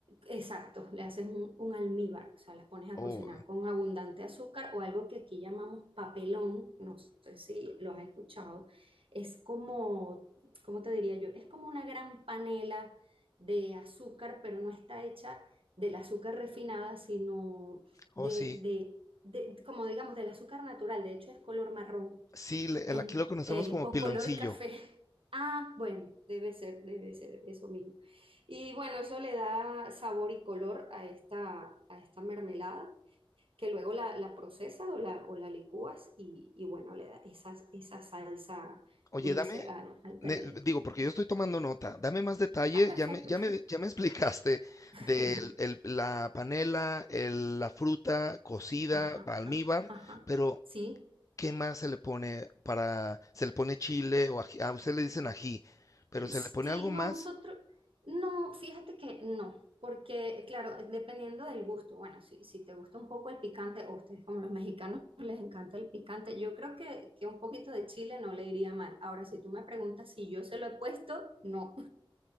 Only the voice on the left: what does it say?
o
o sí.
Sí, le-
el- aquí lo conocemos
como
piloncillo.
Oye,
dame,
ne- digo, porque yo estoy tomando nota, dame más detalle,
ya me, ya me, ya me <laughs> explicaste
de la panela, el- la fruta cocida,
almíbar,
pero
¿qué más se le pone para, se le pone chile o ají? A usted le dicen ají, pero
¿se le pone algo
más?